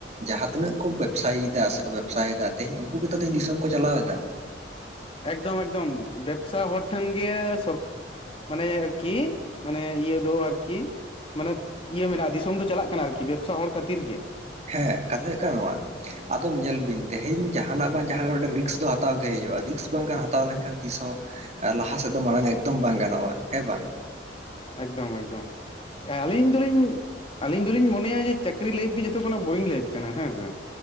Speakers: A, on the right; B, on the left.
A: ᱡᱟᱦᱟᱸ ᱛᱤᱱᱟᱹᱜ ᱠᱚ ᱵᱮᱵᱽᱥᱟᱭᱤᱫᱟ ᱥᱮᱠᱚ ᱵᱮᱵᱽᱥᱟᱭᱮᱫᱟ ᱛᱮᱦᱤᱧ ᱩᱱᱠᱩ ᱜᱮᱛᱚ ᱛᱮᱦᱧ ᱫᱤᱥᱚᱢ ᱠᱚ ᱪᱟᱞᱟᱣᱮᱫᱟ
B: ᱮᱠᱫᱚᱢ ᱮᱠᱫᱚᱢ ᱵᱮᱵᱥᱟ ᱦᱚᱲ ᱴᱷᱮᱱ ᱜᱮ ᱥᱚᱨ ᱢᱟᱱᱮ ᱠᱤ ᱢᱟᱱᱮ ᱤᱭᱟᱹ ᱫᱚ ᱟᱨᱠᱤ ᱢᱟᱱᱮ ᱤᱭᱟᱹ ᱢᱮᱱᱟᱜᱼᱟ ᱫᱤᱥᱚᱢ ᱫᱚ ᱪᱟᱞᱟᱜ ᱠᱟᱱᱟ ᱟᱨᱠᱤ ᱵᱮᱵᱽᱥᱟ ᱦᱚᱲ ᱠᱷᱟᱹᱛᱤᱨ ᱜᱮ
A: ᱦᱮᱸ ᱠᱟᱛᱷᱟ ᱦᱩᱭᱩᱜ ᱠᱟᱱᱟ ᱱᱚᱣᱟ ᱟᱫᱚᱢ ᱧᱮᱞ ᱵᱤᱱ ᱛᱮᱦᱮᱧ ᱡᱟᱦᱟᱱᱟᱜ
B: ᱮᱠᱫᱚᱢ
A: ᱵᱟᱝ ᱡᱟᱦᱟᱱᱟᱜ ᱨᱤᱠᱥ ᱫᱚ ᱦᱟᱛ ᱦᱟᱛᱟᱣ ᱜᱮ ᱦᱩᱭᱩᱜᱼᱟ ᱨᱤᱠᱥ ᱵᱟᱝᱠᱷᱟᱱ ᱦᱟᱛᱟᱣ ᱞᱮᱱᱠᱷᱟᱱ ᱛᱤᱥ ᱦᱚᱸ ᱟᱨ ᱞᱟᱦᱟ ᱥᱮᱫ ᱫᱚ ᱢᱟᱲᱟᱝ ᱮᱠᱫᱚᱢ ᱵᱟᱝ ᱜᱟᱱᱚᱜᱼᱟ ᱦᱮᱸ ᱵᱟᱝ
B: ᱮᱠᱫᱚᱢ ᱮᱠᱫᱚᱢ ᱟᱹᱞᱤᱧ ᱫᱚᱞᱤᱧ ᱟᱞᱤᱧ ᱫᱚᱞᱤᱧ ᱢᱚᱱᱮᱭᱟ ᱡᱮ ᱪᱟᱹᱠᱨᱤ ᱞᱟᱹᱭᱤᱯᱷ ᱜᱮ ᱡᱚᱛᱚ ᱠᱷᱚᱱᱟᱜ ᱵᱳᱨᱤᱝ ᱞᱟᱹᱭᱤᱯᱷ ᱠᱟᱱᱟ ᱦᱮᱸ ᱥᱮ